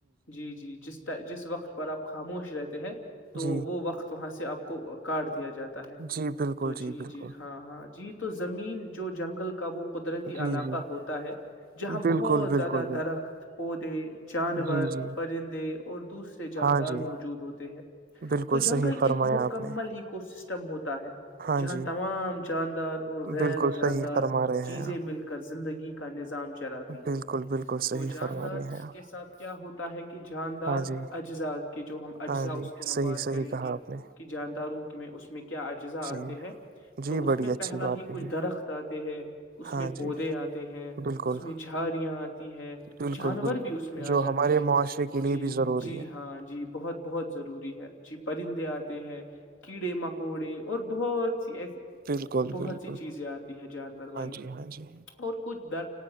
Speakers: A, on the left; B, on the right.
A: جی جی جس جس وقت پر آپ خاموش رہتے ہیں تو
B: جی
A: وہ وقت وہاں سے آپ کو کاڈ دیا جاتا ہے
B: جی بالکل
A: تو جی
B: بالکل
A: جی ہاں ہاں جی تو زمین جو جنگل کا وہ قدرتی
B: جی
A: علاقہ
B: جی
A: ہوتا ہے جہاں
B: بالکل
A: بہت
B: بالکل
A: زیادہ
B: بالکل
A: درخت پودے جانور
B: جی جی
A: پرندے اور دوسرے جاندار
B: ہاں جی
A: موجود ہوتے ہیں
B: بالکل
A: تو جنگل
B: صحیح فرمایا
A: ایک مکمل
B: آپ نے
A: او سسٹم ہے
B: ہاں
A: جہاں
B: جی
A: تمام جاندار اور غیر
B: بالکل
A: جاندار
B: صحیح فرما رہے
A: چیزیں
B: ہیں آپ
A: مل کر زندگی کا نظام چلاتی ہے
B: بالکل بالکل
A: تو
B: صحیح
A: جاندار
B: فرما رہے ہیں آپ
A: کے ساتھ کیا ہوتا ہے کہ جاندار
B: ہاں جی
A: اجزاء کے جو ہم اجزا
B: ہاں جی
A: اس کی ہم
B: صحیح
A: بات
B: صحیح
A: کریں
B: کہا
A: گے
B: آپ نے
A: کی جانداروں کو میں اس میں کیا اجزاء
B: جی
A: آتے ہیں
B: جی
A: تو اس
B: بڑی
A: میں
B: اچھی
A: پہلا
B: بات
A: ہی
B: کہی
A: کچھ درخت آتے ہے اس
B: ہاں
A: میں پودے
B: جی
A: آتے ہیں
B: بالکل
A: اس میں جھااریاں آتی ہے
B: بالکل
A: جانور
B: بالکل
A: بھی اس میں آ
B: جو
A: جاتے
B: ہمارے
A: ہیں
B: معاشرے کے لیے
A: جی
B: بھی ضروری
A: جی
B: ہے
A: ہاں جی بہت بہت ضروری جی پرندے آ کیڑے مکوڑے اور بہت سی ای
B: بالکل
A: بہت
B: بالکل
A: سی چیزیں آتی ہے جاندور والی
B: ہاں جی ہاں جی
A: اور کچھ در